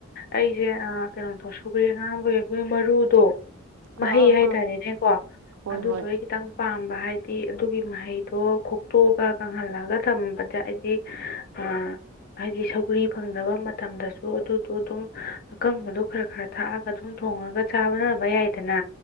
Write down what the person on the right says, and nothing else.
ꯑꯥ ꯑꯥ
ꯑꯥ ꯍꯣꯏ
ꯍꯣꯏ